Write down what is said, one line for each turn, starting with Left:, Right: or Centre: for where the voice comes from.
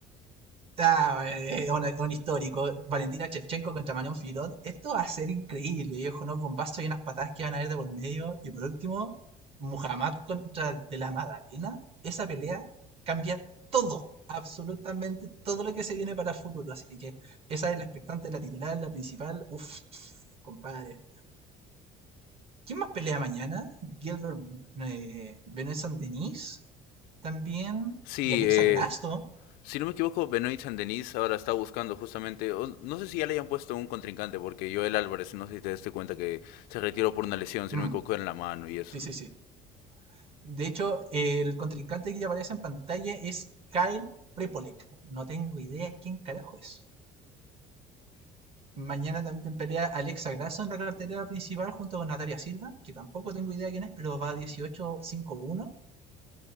Right: Ah, eh, un, es un histórico. Valentina Shevchenko contra Manon Filot. Esto va a ser increíble, viejo. Unos bombazos y unas patadas que van a haber de por medio. Y por último, Muhammad contra De la Madalena. Esa pelea cambia todo, absolutamente todo lo que se viene para el futuro. Así que esa es la expectante, la titular, la principal. Uf, compadre. ¿Quién más pelea mañana? Gilbert eh, Benson Denis también.
Left: Sí,
Right: Y Alexa
Left: eh,
Right: Grasso.
Left: si no me equivoco, Benoit Saint-Denis ahora está buscando justamente, o no sé si ya le hayan puesto un contrincante, porque Joel Álvarez, no sé si te diste cuenta que se retiró por una lesión, si
Right: Mm,
Left: no me equivoco, en la mano y eso.
Right: sí, sí, sí. De hecho, el contrincante que aparece en pantalla es Kyle Prepolek. No tengo idea quién carajo es. Mañana también pelea Alexa Grasso en la cartelera principal junto con Natalia Silva, que tampoco tengo idea quién es, pero va 18-5-1.